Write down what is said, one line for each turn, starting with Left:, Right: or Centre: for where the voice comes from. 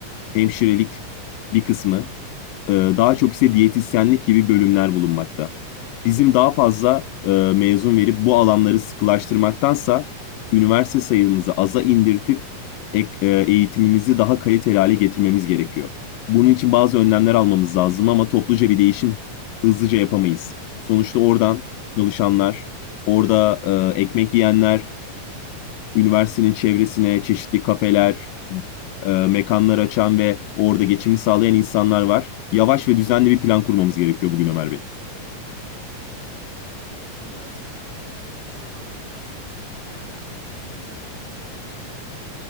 Left: hemşirelik bir kısmı, e, daha çok ise diyetisyenlik gibi bölümler bulunmakta. Bizim daha fazla e, mezun verip bu alanları sıkılaştırmaktansa üniversite sayımızı aza indirtip ek- e, eğitimimizi daha kaliteli hale getirmemiz gerekiyor. Bunun için bazı önlemler almamız lazım ama topluca bir değişim hızlıca yapamayız. Sonuçta oradan
Right: Evet.
Left: çalışanlar, orada e, ekmek yiyenler, üniversitenin çevresine çeşitli kafeler, e, mekanlar açan ve orada geçimini sağlayan insanlar var. Yavaş ve düzenli bir plan kurmamız gerekiyor bugün Ömer Bey.
Right: Evet. Bu üniversitenin yerleşim alanlarını başka bir şekilde değerlendirebiliriz. Sosyal tesisler olabilir ya da